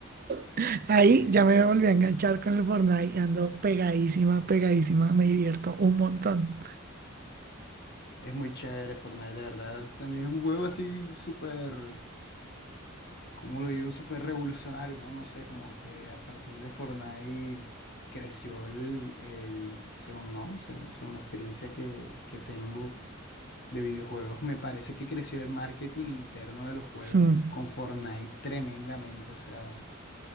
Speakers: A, on the right; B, on the left.
A: <laughs> Ahí
B: Sí.
A: ya me volví a enganchar con el Fortnite, y ando pegadísima, pegadísima, me divierto un montón.
B: Es muy chévere Fortnite, de verdad. También es un juego así súper. como lo digo, súper revolucionario, ¿no? No sé, como que a partir de Fortnite creció el, el según no, según, según la experiencia que, que tengo de videojuegos, me parece que creció el marketing interno de los juegos
A: Mm,
B: con Sí. Fortnite tremendamente, o sea,